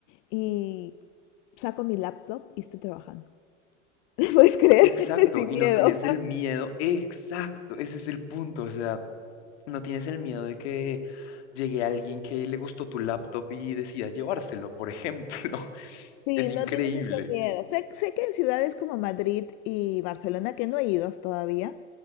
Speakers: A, on the left; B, on the left.
A: y saco mi laptop y estoy trabajando. <laughs> ¿Puedes creer?
B: Exacto,
A: <laughs> Sin
B: y
A: miedo.
B: no tienes el miedo, exacto, ese es el punto, o sea, no tienes el miedo de que llegue alguien que le gustó tu laptop y decida llevárselo, por ejemplo. <laughs>
A: Sí,
B: Es
A: no
B: increíble.
A: tienes ese miedo. Sé, sé que en ciudades como Madrid y Barcelona, que no he ido todavía,